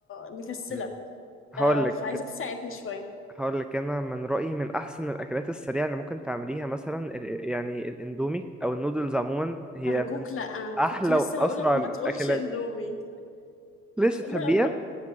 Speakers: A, on the left; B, in the centre.
A: مكسلة
B: مم. هقول
A: آه،
B: لك
A: فعايزاك تساعدني شوية
B: هقول لك انا من رأيي من احسن الاكلات السريعة اللي ممكن تعمليها مثلا ال- يعني الاندومي او النودلز عموما هي
A: ارجوك
B: من
A: لا
B: احلى
A: كنت لسه
B: واسرع
A: هقولك ما
B: الاكلات
A: تقولش اندومي
B: ليش تحبيها؟
A: لا ب-